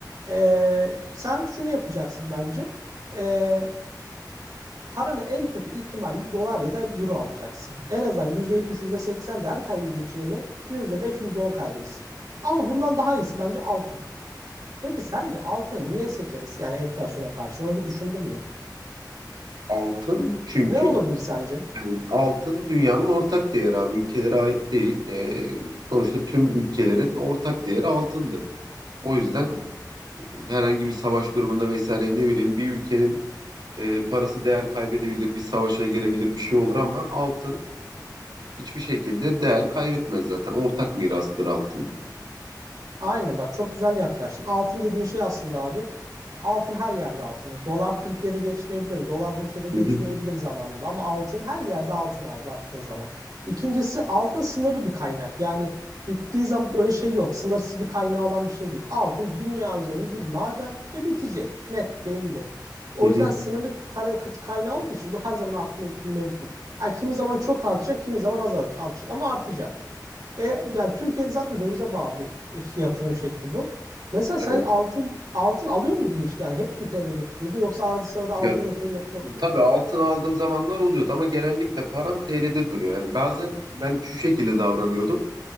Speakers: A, on the right (about 60°); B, on the right (about 80°).
A: Ee, sen şunu yapacaksın bence. Ee, paranı en kötü ihtimalle dolar ya da euro alacaksın. En azından yüzde yetmiş yüzde seksen değer kaybedeceğini %5, %10 kaybetsin. Ama bundan daha iyisi bence altın. Peki sence altını niye seçeriz? Yani enflasyona karşı onu bir düşündün mü?
B: Altın çünkü
A: Ne olabilir sence?
B: yani altın dünyanın ortak değeri abi. Ülkelere ait değil. Ee, sonuçta tüm ülkelerin ortak değeri altındır. O yüzden herhangi bir savaş durumunda vesaire ne bileyim bir ülkenin e, parası değer kaybedebilir, bir savaşa girebilir bir şey olur ama altın hiçbir şekilde değer kaybetmez zaten. Ortak mirastır altın.
A: Aynen bak çok güzel yaklaştın. Altın dediğin şey aslında abi. Altın her yerde altındır. Dolar Türkiye'de geçmeyebilir. Dolar Rusya'da geçmeyebilir
B: Hı hı,
A: zamanında. Ama altın her yerde altın abi baktığın zaman. İkincisi altın sınırlı bir kaynak. Yani bittiği zaman böyle şey yok. Sınırsız bir kaynağı olan bir şey değil. Altın dünya üzerinde bir maden ve bitecek. Net belli. O
B: hı hı.
A: yüzden sınırlı talep kaynağı olduğu için bu her zaman artmak mecbur. Ha kimi zaman çok artacak, kimi zaman az artacak ama artacak. E, yani Türkiye'de zaten dövize bağlı bir yatırım şekli bu. Mesela
B: Evet.
A: sen altın altın alıyor muydun hiç? Yani hep mi TL'de tutuyordun yoksa arada sırada altına
B: Ya,
A: yatırım yapıyor muydun?
B: tabii altın aldığım zamanlar oluyordu ama genellikle param TL'de duruyor. Yani bazen ben şu şekilde davranıyordum.